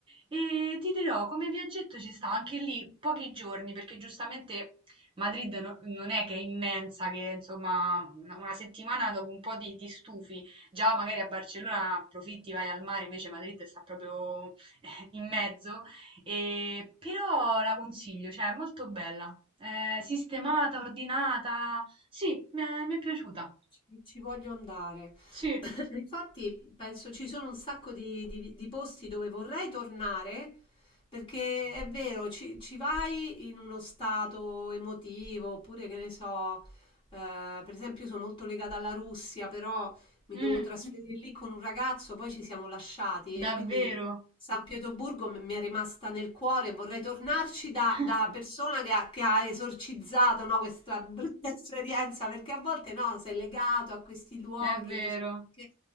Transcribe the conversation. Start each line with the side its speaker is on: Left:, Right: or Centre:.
Right: e ti dirò, come viaggetto ci sta anche lì pochi giorni, perché giustamente... Madrid no- non è che è immensa, che insomma una una settimana dopo un po' ti, ti stufi, già magari a Barcellona approfitti, vai al mare, invece Madrid sta proprio <laughs> in mezzo, e- però la consiglio, cioè è molto bella, Eh, sistemata, ordinata, sì, mi è, mi è piaciuta,
Left: Ci, ci voglio andare.
Right: sì,
Left: <clears throat> Infatti, penso ci sono un sacco di, di- di posti dove vorrei tornare, perché è vero, ci, ci vai in uno stato emotivo, oppure che ne so, eh, per esempio, io sono molto legata alla Russia, però mi
Right: Mm,
Left: dovevo trasferire lì con un ragazzo, poi ci siamo lasciati
Right: davvero,
Left: e quindi San Pietroburgo m- mi è rimasta nel cuore, vorrei tornarci da,
Right: <laughs>
Left: da persona che ha, che ha esorcizzato, no, questa brutta <laughs> esperienza, perché a volte no, sei legato a questi luoghi,
Right: è vero,
Left: dici, che